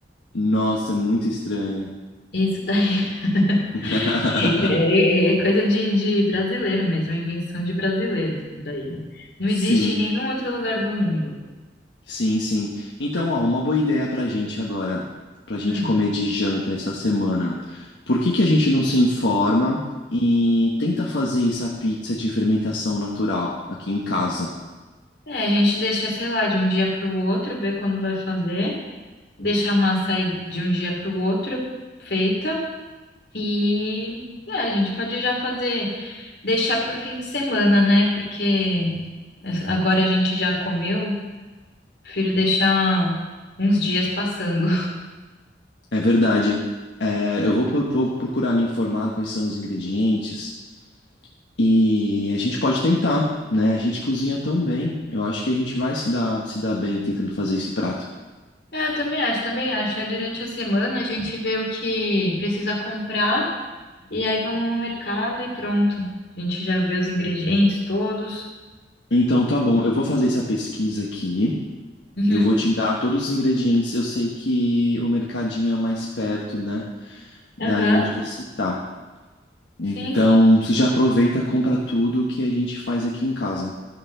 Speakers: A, on the left; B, on the left.
A: Nossa, é muito estranho.
B: Isso daí <laughs>
A: <laughs>
B: é, é- é coisa de, de brasileiro mesmo, é invenção de brasileiros. isso Daí não
A: Sim,
B: existe em nenhum outro lugar do mundo.
A: sim, sim. Então, ó, uma boa ideia pra gente agora, pra gente
B: Hum.
A: comer de janta essa semana. Por que que a gente não se informa e tenta fazer essa pizza de fermentação natural aqui em casa?
B: É, a gente deixa, sei lá, de um dia para o outro, ver quando vai fazer, deixa a massa aí de um dia para o outro feita e é, a gente pode já fazer, deixar para o fim de semana, né? Porque agora a gente já comeu, prefiro deixar uns dias passando.
A: É verdade. É, eu vou, por- vou procurar me informar quais são os ingredientes e a gente pode tentar, né? A gente cozinha tão bem. Eu acho que a gente vai se dar, se dar bem tentando fazer esse prato.
B: É, eu também acho, também acho. Aí durante a semana a gente vê o que precisa comprar e aí vamos no mercado e pronto. A gente já vê os ingredientes todos.
A: Então, tá bom. Eu vou fazer essa pesquisa aqui.
B: Uhum.
A: Eu vou te dar todos os ingredientes. Eu sei que o mercadinho é mais perto, né? Daí
B: Aham.
A: onde você tá. Então,
B: Sim, sim.
A: você já aproveita, compra tudo que a gente faz aqui em casa.